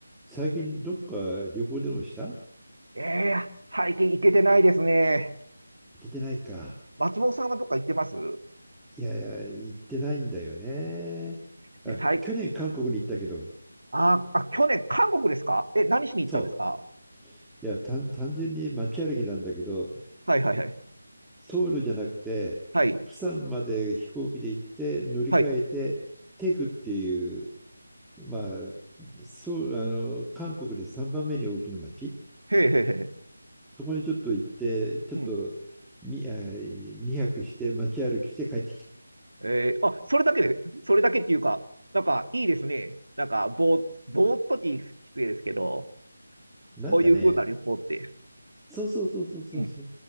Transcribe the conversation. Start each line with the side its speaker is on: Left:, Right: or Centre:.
Centre: 最近どっか旅行でもした
Right: ええー最近行けてないですね。
Centre: 行ってないか。
Right: 松本さんはどっか行ってます
Centre: いやいや、行ってないんだよね。
Right: で、
Centre: あ、
Right: 最、
Centre: 去年韓国に行ったけど、
Right: あー、あ、去年、韓国ですかえ、何しに行ったんですか
Centre: そう。いや、単単純に街歩きなんだけど、
Right: はいはいはい。
Centre: ソウルじゃなくて、
Right: はい。
Centre: 釜山まで飛行機で行って乗り換えて、
Right: はい。
Centre: テグっていう、まあ、そう、あの、韓国で3番目に大きな街。
Right: へえへえへえ。
Centre: そこにちょっと行って、ちょっとに、
Right: うん。
Centre: あ、2泊して街歩きして帰ってきた。
Right: えー、あ、それだけで、それだけっていうか、なんかいいですね。なんか、ぼー、ぼーっときき失礼ですけど、
Centre: なんかね、
Right: そういう風な旅行って。
Centre: そうそうそうそうそうそう。
Right: うん。